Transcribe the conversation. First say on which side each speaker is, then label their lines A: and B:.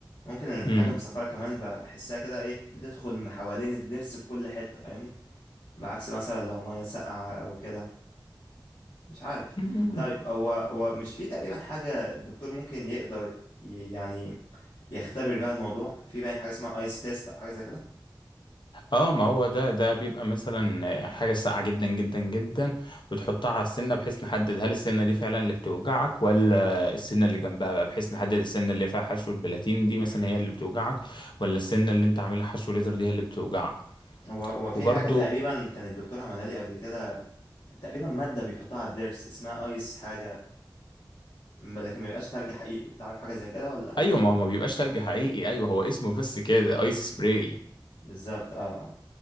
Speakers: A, on the left; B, on the left.
A: ممكن الحاجة
B: امم
A: المسكرة كمان ب- بحسها كده ايه بتدخل من حوالين الضرس في كل حتة فاهمني بعكس مثلا لو مية ساقعة او كده مش عارف
B: أمم.
A: طيب
B: <laughs>
A: هو هو مش في تقريبا حاجة الدكتور ممكن يقدر ي- يعني يختبر بقى الموضوع في باين حاجه اسمها ايس تيست او حاجه زي كده
B: اه ما هو ده ده بيبقى مثلا حاجه ساقعه جدا جدا جدا وتحطها على السنه بحيث نحدد هل السنه دي فعلا اللي بتوجعك ولا السنه اللي جنبها بقى بحيث نحدد السنه اللي فيها حشو البلاتين دي مثلا
A: امم
B: هي اللي بتوجعك ولا السنه اللي انت عاملها حشو ليزر دي هي اللي بتوجعك
A: هو هو في
B: وبرضو
A: حاجه تقريبا كان الدكتور عملها لي قبل كده تقريبا ماده بيحطها على الضرس اسمها ايس حاجه م- لكن ما بيبقاش تلج حقيقي تعرف حاجه زي كده ولا
B: ايوه ما هو ما بيبقاش تلج حقيقي ايوه هو اسمه بس كده ايس سبراي
A: بالظبط اه اه